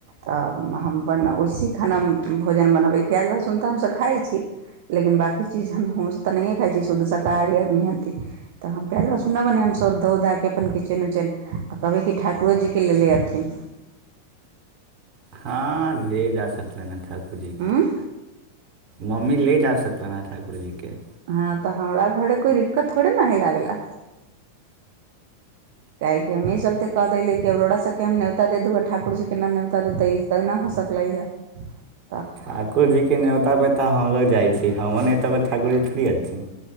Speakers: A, on the right; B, on the right.
A: तऽ हम अपन वैसही खाना भोजन बनबै प्याज लहसुन तऽ हमसभ खाइ छी। लेकिन बाकी चीज हमं तऽ नहिए खाइ छीिय, शद्ध शाकाहारी आदमी हती। तऽ हम प्याज लहसुन नहि बने हम सभ धो धए कऽ अपन किचन उचन आ कहबै कि ठाकुरोजीके लेलेने हथिन
B: हँ ले जा सकले न ठाकुर जी
A: ऊ
B: मम्मी ले जा सकते ह ठाकुर जीके
A: हँ, तऽ हमारा घर कोइ दिक्कत थोड़े नहि लाबै ला। काहे के हमे चलते कहहि देलियै कि अरोड़ा सबके हम न्योता दे दू आ ठाकुर जीके न्योता दू, तऽ ई तऽ नहि हो सकलै हँ। <unintelligible>
B: ठाकुरजीके नेता परर तऽ हम लोग जाइ छी, हमर नेता परर ठाकुरजी थोड़ी हथिन।